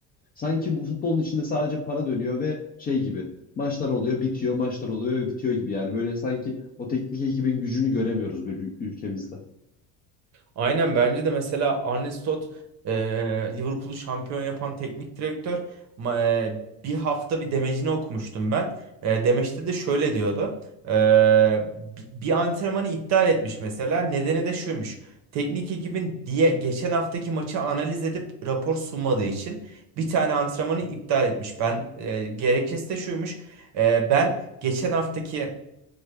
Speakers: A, on the left; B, on the right.
A: sanki bu futbolun içinde sadece para dönüyor ve şey gibi maçlar oluyor bitiyor maçlar oluyor ve bitiyor gibi yani böyle sanki o teknik ekibin gücünü göremiyoruz bir ülkemizde.
B: Aynen bence de mesela Arne Slot e, Liverpool'u şampiyon yapan teknik direktör Ma- e, bir hafta bir demecini okumuştum ben. E, demeçte de şöyle diyordu. E, bi- bir antrenmanı iptal etmiş mesela. Nedeni de şuymuş. Teknik ekibin diye geçen haftaki maçı analiz edip rapor sunmadığı için bir tane antrenmanı iptal etmiş. Ben e, gerekçesi de şuymuş. E, ben geçen haftaki